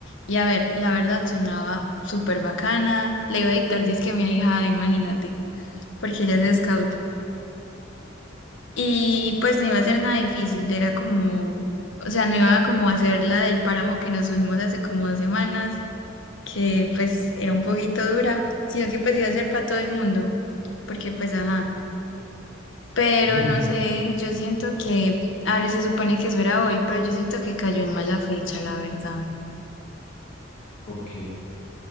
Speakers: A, on the left; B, on the left.
A: Y a ver, la verdad sonaba súper bacana, le iba a dictar disque a mi ahijada, imagínate, porque ella es scout. Y pues no iba a ser nada difícil, era como, o sea, no iba como a hacer la del páramo que nos subimos hace como dos semanas que pues era un poquito dura, sino que pues iba a ser para todo el mundo, porque pues ajá, pero
B: <laughs>
A: no sé, yo siento que, a ver, se supone que eso era hoy, pero yo siento que cayó en mala fecha, la verdad.
B: ¿Por qué?